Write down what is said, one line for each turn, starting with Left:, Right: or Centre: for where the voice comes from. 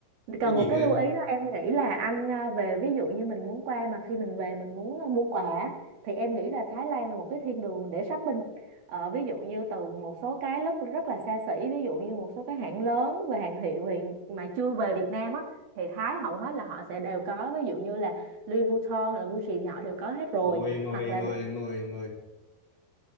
Right: cần
Left: cái gì
Right: một cái
Left: nữa em
Right: lưu ý đó em nghĩ là anh à, về ví dụ như mình muốn qua mà khi mình về mình muốn à, mua quà á, thì em nghĩ là Thái Lan là một cái thiên đường để shopping Ờ, ví dụ như từ một số cái rất rất là xa xỉ ví dụ như một số cái hãng lớn và hàng hiệu hiện mà chưa về Việt Nam á thì Thái hầu hết là họ sẽ đều có ví dụ như là Louis Vuitton là Gucci thì họ đều có hết rồi
Left: ôi em ơi
Right: hoặc
Left: em
Right: là
Left: ơi em ơi em ơi